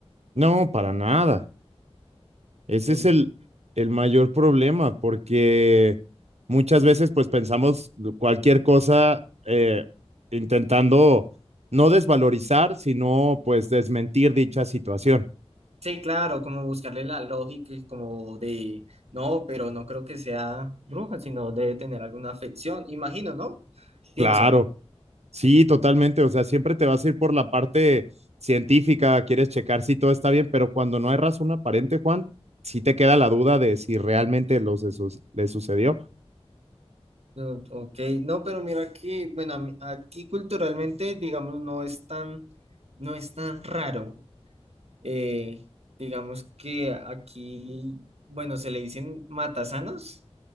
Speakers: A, on the right; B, on the right.
A: No, para nada. Ese
B: En-
A: es el, el mayor problema porque muchas veces pues pensamos cualquier cosa eh, intentando no desvalorizar, sino pues desmentir dicha situación.
B: sí, claro, como buscarle la lógica y como de, no, pero no creo que sea bruja, sino debe tener alguna afección, imagino, ¿no? Pienso.
A: Claro, Sí, totalmente. O sea, siempre te vas a ir por la parte científica, quieres checar si todo está bien, pero cuando no hay razón aparente, Juan, sí te queda la duda de si realmente lo se su- le sucedió.
B: No, Ok, no, pero mira que, bueno, a mí- aquí culturalmente, digamos, no es tan, no es tan raro. Eh, digamos que aquí, bueno, se le dicen matasanos,